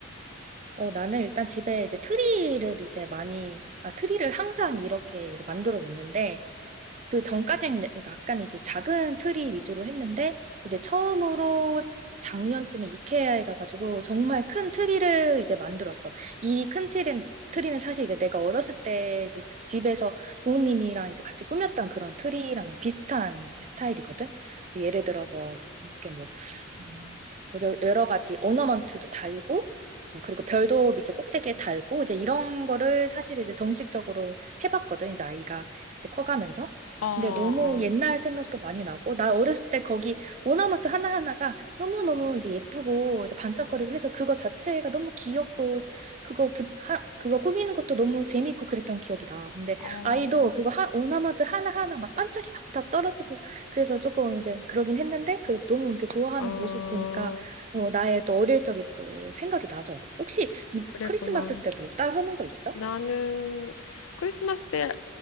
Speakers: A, on the right; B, on the left.
A: 어, 나는 일단 집에 이제 트리를 이제 많이, 아, 트리를 항상 이렇게 만들어 놓는데 그 전까지는 이제 그러니까 약간 이제 작은 트리 위주로 했는데 이제 처음으로 작년쯤에 이케아에 가가지고 정말 큰 트리를 이제 만들었어. 이 큰 트리는 트리는 사실 이제 내가 어렸을 때 이제 그 집에서 부모님이랑 이제 같이 꾸몄던 그런 트리랑 이제 비슷한 이제 스타일이거든. 예를 들어서 이렇게 뭐 음, 뭐죠? 여러 가지 오너먼트도 달고 어, 그리고 별도 이제 꼭대기에 달고 이제 이런 거를 사실 이제 정식적으로 해봤거든. 이제 아이가 이제 커가면서.
B: 어,
A: 근데 너무
B: 어,
A: 옛날 생각도 많이 나고, 나 어렸을 때 거기 오나마트 하나하나가 너무너무 이제 예쁘고, 이제 반짝거리고 해서 그거 자체가 너무 귀엽고, 그거 부, 하, 그거 꾸미는 것도 너무 재밌고 그랬던 기억이라. 근데
B: 어,
A: 아이도 그거 하, 오나마트 하나하나 막 반짝이 막 다 떨어지고, 그래서 조금 이제 그러긴 했는데, 그래도 너무 이렇게 좋아하는
B: 어,
A: 모습 보니까, 어, 나의 또 어릴 적이 또 생각이 나더라고. 혹시 이
B: 그랬구나.
A: 크리스마스 때 뭐 따로 하는 거 있어?
B: 나는 크리스마스 때,